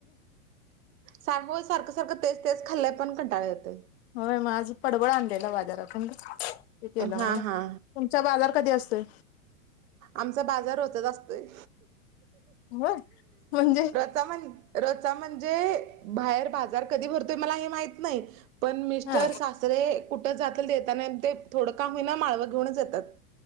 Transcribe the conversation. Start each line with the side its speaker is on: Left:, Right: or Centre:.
Right: सार सारखं सारखं तेच तेच खाल्ले पण कंटाळे यते
Left: होय म आझ पडबळ आणलेलं बाजारातून ते केलं
Right: हा
Left: मग तुमच्या
Right: हा
Left: बाजार कधी असते
Right: आमचा बाजार होतत असतोय
Left: ह म्हणजे
Right: र रचा म्हणजे बाहेर बाजार कधी भरतोय मला हे माहत नाही पण मिस्टर
Left: हा
Right: सासरे कुठं जातील तेताना ते थोडं काम होईना माळवं घेऊनच येतात